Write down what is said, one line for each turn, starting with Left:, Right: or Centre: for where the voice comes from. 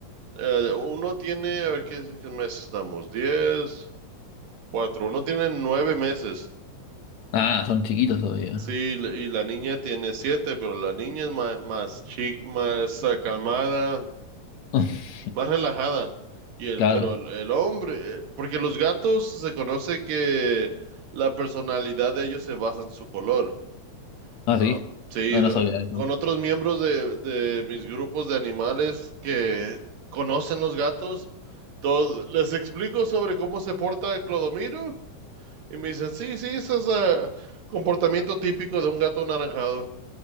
Right: eh, uno tiene, a ver, ¿qué, qué meses estamos? Diez, cuatro. Uno tiene nueve meses.
Left: Ah, son chiquitos todavía.
Right: Sí, y la y la niña tiene siete, pero la niña es ma- más, chic, más, ah, calmada,
Left: <laughs>
Right: más relajada. Y el,
Left: Claro.
Right: pero el, el hombre, eh, porque los gatos se conoce que la personalidad de ellos se basa en su color.
Left: Ah,
Right: Ah,
Left: sí.
Right: sí,
Left: Ah,
Right: da-
Left: no sabía eso.
Right: con otros miembros de, de mis grupos de animales que conocen los gatos, todos, les explico sobre cómo se porta Clodomiro y me dicen, sí, sí, ese es ah, comportamiento típico de un gato anaranjado.